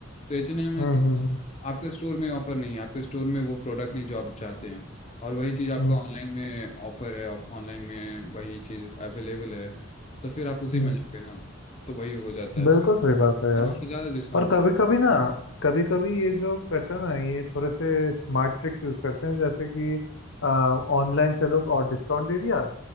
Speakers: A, on the left (about 30°); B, on the left (about 60°).
A: तो एच एन एम है
B: हम्म
A: तो
B: हम्म हम्म
A: आपके स्टोर में ऑफर नहीं है आपके स्टोर में वो प्रोडक्ट नहीं जो आप चाहते हैं और वही चीज़ आपका
B: हम्म,
A: ऑनलाइन में ऑफर है ऑनलाइन में वही चीज़ अवेलेबल है तो फिर आप उसी
B: हम्म।
A: में जाओगे ना तो वही हो जाता है
B: बिल्कुल
A: फिर
B: सही बात है यार
A: और वहाँ पे ज़्यादा डिस्काउंट
B: और कभी कभी ना कभी कभी ये जो करते हैं ना ये थोड़े से स्मार्ट ट्रिक्स यूज करते हैं जैसे कि ऑनलाइन चलो और डिस्काउंट दे दिया